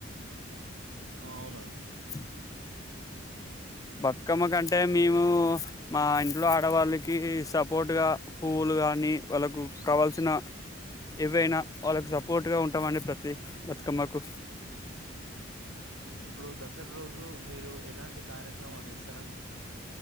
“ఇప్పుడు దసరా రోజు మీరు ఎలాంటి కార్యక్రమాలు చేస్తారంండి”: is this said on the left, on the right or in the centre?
Right